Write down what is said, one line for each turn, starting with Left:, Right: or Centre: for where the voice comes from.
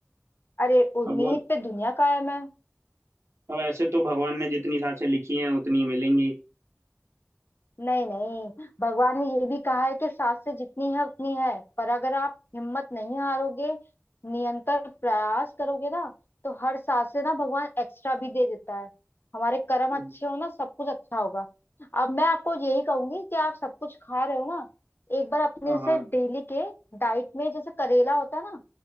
Left: अरे उम्मीद
Right: अब वो
Left: पे दुनिया कायम है
Right: अब ऐसे तो भगवान ने जितनी सांसें लिखी हैं उतनी ही मिलेंगी
Left: नहीं नहीं भगवान ने ये भी कहा है कि सात से जितनी है उतनी है पर अगर आप हिम्मत नहीं हारोगे निरंतर प्रयास करोगे ना तो हर सात से ना भगवान एक्स्ट्रा भी दे देता है हमारे कर्म
Right: हम्म,
Left: अच्छे हो ना सब कुछ अच्छा होगा अब मैं आपको यही कहूंगी कि आप सब कुछ खा रहे हो ना एक बार अपने
Right: हाँ
Left: से
Right: हाँ
Left: डेली के डाइट में जैसे करेला होता है ना